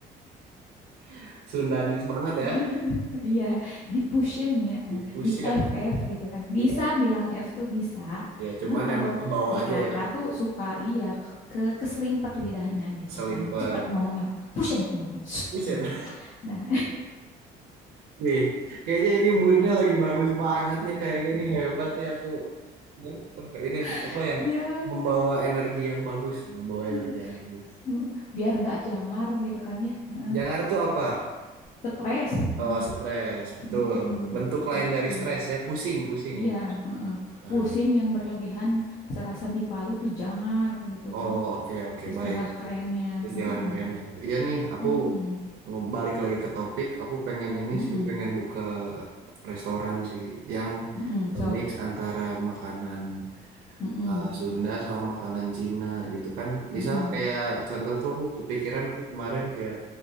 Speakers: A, on the right; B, on the left.
A: <laughs> Sundanis banget
B: <laughs>
A: ya.
B: iya di pushin ya,
A: Di
B: eh,
A: fusion.
B: di f F gitu kan. Bisa
A: Iya,
B: bilang F tuh bisa,
A: ya cuman
B: cuman kalau
A: emang ke bawah
B: dikata
A: aja ya.
B: tuh suka iya ke ke- keselimpet lidahnya gitu
A: Selimpet.
B: kan. Cepet ngomongnya pushin gitu. Nah,
A: Fusion.
B: <laughs> nah,
A: <laughs> Wih, kayaknya ini moodnya lagi bagus banget nih kayak gini hebat nih aku. Wah, Ini
B: <laughs>
A: apa ya?
B: iya
A: Membawa energi yang bagus, membawa energi
B: lah.
A: yang bagus.
B: Hmm, biar nggak jangar gitu kan ya Heeh.
A: Jangar tuh apa?
B: stres
A: Oh,
B: nah
A: stres. Betul,
B: mm-mm,
A: betul. Bentuk lain
B: gitu
A: dari stres ya, pusing, pusing
B: iya
A: mungkin.
B: heeh.
A: Nah,
B: pusing yang berlebihan serasa dipalu tuh jangar gitu
A: Oh,
B: kan
A: oke, oke,
B: istilah
A: Baik,
B: kerennya
A: baik. Istilah
B: Heeh.
A: keren nih. Iya nih, aku
B: Mm-mm,
A: balik lagi ke topik. Aku pengen ini
B: mm-mm,
A: sih, pengen buka restoran sih yang
B: mm-mm, Sok.
A: eh, mix antara makanan
B: Mm-mm,
A: eh, Sunda sama makanan Cina gitu kan. Misal
B: mm-mm,
A: kayak contoh tuh aku kepikiran aku kemarin kayak